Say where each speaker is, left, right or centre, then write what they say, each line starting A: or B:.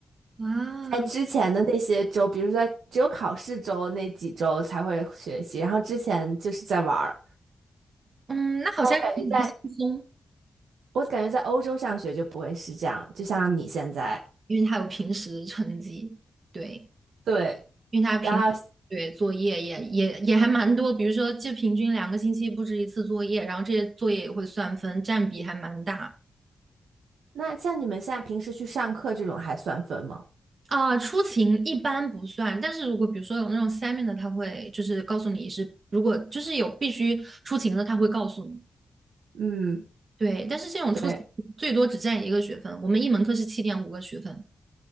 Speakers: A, on the right; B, on the right.
A: 啊
B: 在之前的那些周，比如说在只有考试周那几周才会学习，然后之前就是在玩儿。
A: 嗯，那好像轻松，
B: 我感觉在，我感觉在欧洲上学就不会是这样，就像你现在。
A: 因为他有平时成绩，对，
B: 对，
A: 因为他平时对作业也也也还蛮多，
B: 然后
A: 比如说就平均两个星期布置一次作业，然后这些作业也会算分，占比还蛮大。
B: 那像你们现在平时去上课这种还算分吗？
A: 啊、出勤一般不算，但是如果比如说有那种 s e m i 的，他会就是告诉你是，如果就是有必须出勤的，他会告诉你。
B: 嗯，
A: 对，但是这种出最多只占一个学分，
B: 对，
A: 我们一门课是七点五个学分。